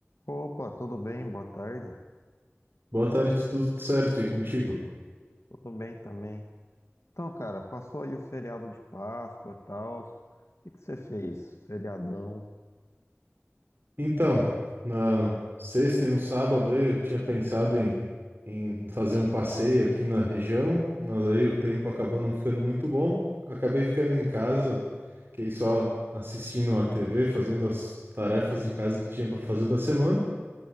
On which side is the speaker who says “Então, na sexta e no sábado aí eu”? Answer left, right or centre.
Right